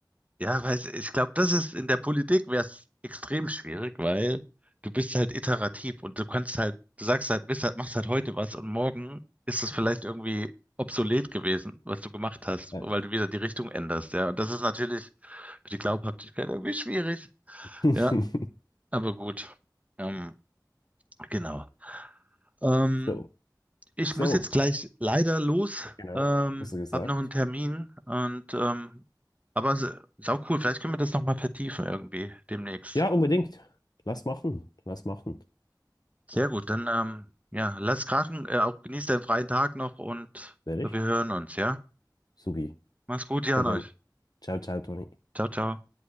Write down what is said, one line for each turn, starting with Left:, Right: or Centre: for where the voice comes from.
Right: ja, weiß, ich glaube, das ist in der Politik wäre es extrem schwierig, weil du bist halt iterativ und du kannst halt, du sagst halt, bist halt, machst halt heute was und morgen ist es vielleicht irgendwie obsolet gewesen, was du gemacht hast,
Left: Ja.
Right: weil du wieder die Richtung änderst, ja. Und das ist natürlich für die Glaubhaftigkeit irgendwie schwierig.
Left: <laughs>
Right: Ja, Aber gut, ähm, genau. Ähm,
Left: So,
Right: ich
Left: so,
Right: muss jetzt gleich leider los,
Left: genau,
Right: ähm,
Left: hast du gesagt.
Right: habe noch einen Termin und ähm, aber s- sau cool, vielleicht können wir das nochmal vertiefen irgendwie demnächst.
Left: Ja, unbedingt. Lass machen, lass machen.
Right: Sehr gut, dann ähm, ja, lass krachen, äh, auch genieß deinen freien Tag noch und
Left: Werde
Right: wir
Left: ich?
Right: hören uns, ja?
Left: Subi.
Right: Mach's gut, Jan
Left: So denn.
Right: euch.
Left: Ciao, ciao, Toni.
Right: Ciao, ciao.